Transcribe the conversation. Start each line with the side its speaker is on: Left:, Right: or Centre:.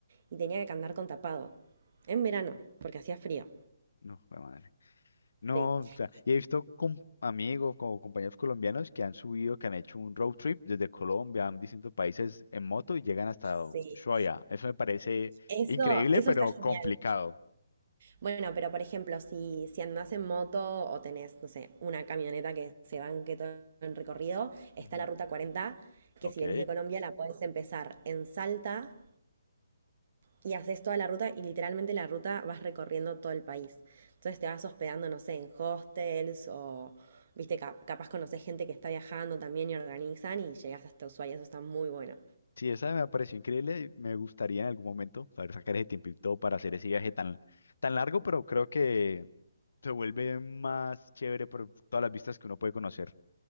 Right: y tenía que andar con tapado. En verano, porque hacía frío.
Left: No, jue madre. No,
Right: Sí,
Left: o sea, y he visto com- amigos o compañeros colombianos que han subido, que han hecho un road trip desde Colombia a distintos países en moto y llegan hasta
Right: sí.
Left: Ushuaia. Eso me parece
Right: Eso,
Left: increíble,
Right: eso
Left: pero
Right: está genial.
Left: complicado.
Right: Bueno, pero por ejemplo, si, si andás en moto o tenés, no sé, una camioneta que se banque todo el recorrido, está
Left: Ujú.
Right: la ruta cuarenta que
Left: Ok.
Right: si venís de Colombia la podés empezar en Salta y haces toda la ruta y literalmente la ruta vas recorriendo todo el país. Entonces te vas hospedando, no sé, en hostels o, viste, cap- capaz conocés gente que está viajando también y organizan y llegás hasta Ushuaia, eso está muy bueno.
Left: Sí, esa me pareció increíble. y Me gustaría en algún momento poder sacar ese tiempito para hacer ese viaje tan, tan largo, pero creo que se vuelve más chévere por todas las vistas que uno puede conocer.